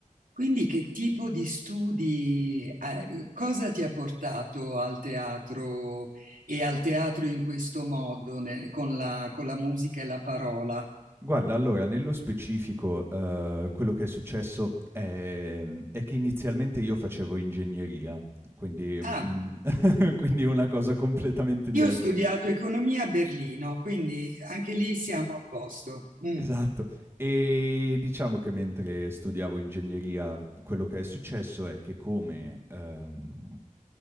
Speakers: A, on the right; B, on the right.
A: Quindi che tipo di studi, eh, cosa ti ha portato al teatro e al teatro in questo modo, ne- con la, con la musica e la parola?
B: Guarda, allora, nello specifico, eh, quello che è successo è, è che inizialmente io facevo ingegneria, quindi,
A: Ah,
B: mm, <laughs> quindi una cosa completamente diversa.
A: io ho studiato economia a Berlino, quindi anche lì siamo a posto. Mm.
B: Esatto. Ehm, diciamo che mentre studiavo ingegneria, quello che è successo è che come, ehm,